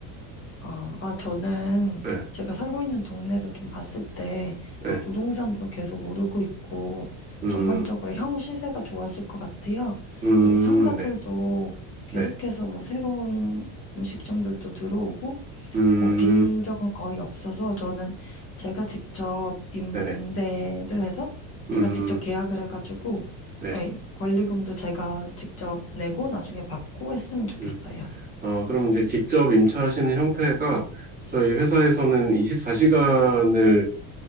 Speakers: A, on the left; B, on the right.
A: 아, 아, 저는
B: 네,
A: 제가 살고 있는 동네를 좀 봤을 때
B: 네.
A: 부동산도 계속 오르고 있고
B: 음,
A: 전반적으로 향후 시세가 좋아질 것 같아요.
B: 음,
A: 그리고 상가들도
B: 네,
A: 계속해서
B: 네,
A: 뭐 새로운 음식점들도 들어오고
B: 음,
A: 뭐 빈적은 거의 없어서 저는 제가 직접 임대를
B: 네네.
A: 해서
B: 음.
A: 제가 직접 계약을 해가지고
B: 네.
A: 예, 권리금도 제가 직접 내고 나중에 받고 했으면 좋겠어요.
B: 음. 아, 그럼 이제 직접 임차하시는 형태가 저희 회사에서는 24시간을